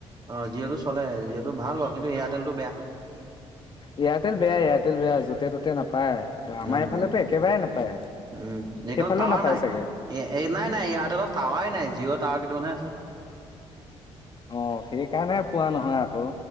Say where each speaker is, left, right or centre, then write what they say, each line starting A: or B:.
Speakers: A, on the right; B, on the left.
A: অ জিঅ'টো চলে জিঅ'টো ভাল বা কিন্তু এয়াৰটেলটো বেয়া।
B: এয়াৰটেল বেয়া এয়াৰটেল বেয়া ত'তে নাপায় সেইটো
A: উম
B: আমাৰ এইফালেতো
A: উম
B: একেবাৰে নাপায়
A: উম এইখনত
B: সেইফালেও
A: টাৱাৰ
B: নাপায়
A: নাই
B: চাগে
A: এ নাই নাই এয়াৰটেলত টাৱাৰ নাই জিঅ' টাৱাৰ কেইটামানহে আছে।
B: অ সেই কাৰণে পোৱা নহয় আকৌ